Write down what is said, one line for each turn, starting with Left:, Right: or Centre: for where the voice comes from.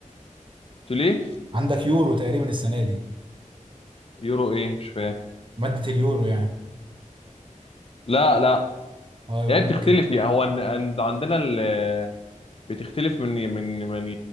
Left: قلت له ليه
Right: عندك يورو تقريبا السنه دي
Left: يورو ايه مش فاهم
Right: ماده اليورو يعني
Left: لا لا
Right: اه يبقى
Left: هي
Right: ممكن
Left: بتختلف يعني هو إن- عند- عندنا ال- بتختلف من من من